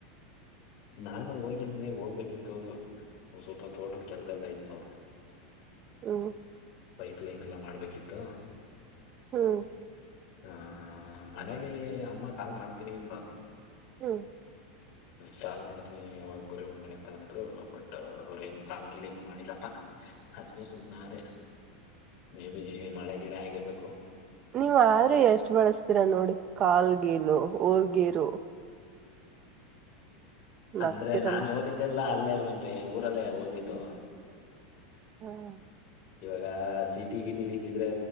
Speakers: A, on the left; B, on the right.
A: ನಾನು ಹೋಗಿಲ್ರಿ ಹೋಗ್ಬೇಕಿತ್ತು ಸ್ವಲ್ಪ ತೋಟದ ಕೆಲಸ ಎಲ್ಲಾ ಇತ್ತು <inaudible>
B: ಹ್ಮ್
A: ಪೈಪ್ ಲೈನ್ ಎಲ್ಲಾ ಮಾಡ್ಬೇಕಿತ್ತು.
B: ಹ್ಮ್
A: ಹಾ ಮನೇಲಿ ಅಮ್ಮ ಕಾಲ್ ಮಾಡ್ತೀನಿ ಅಂದ್ರು.
B: ಹ್ಮ್..
A: ಕಾಲ್ ಮಾಡ್ತೀನಿ ಅವಾಗ ಬರಿವಂತೆ ಅಂತ ಅಂದ್ರು ಬಟ್ ಅವ್ರೇನು ಕಾಲ್ ಗಿಲಿ ಏನು ಮಾಡಿಲ್ಲಪ್ಪ. ಅದಕ್ಕೆ ಸುಮ್ನೆ ಅದೇ ಮೇಬಿ ಮಳೆ ಗಿಳೆ ಆಗಿರ್ಬೇಕು
B: ನೀವು ಆದ್ರೂ ಎಷ್ಟು ಬಳಸ್ತೀರಾ ನೋಡಿ ಕಾಲ್ ಗೆಲು ಊರ್ಗೇರು ನಗ್ತಿರಲ್ಲ
A: ಅಂದ್ರೆ ನಾನು ಓದಿದ್ ಇಲ್ಲಾ ಅಲ್ವೆನ್ರಿ ಊರಲ್ಲೇ ಓದಿದ್ದು.
B: ಹಾಂ.
A: ಇವಾಗ ಸೀಟಿ ಗಿಟಿಲಿ ಇದ್ದಿದ್ರೆ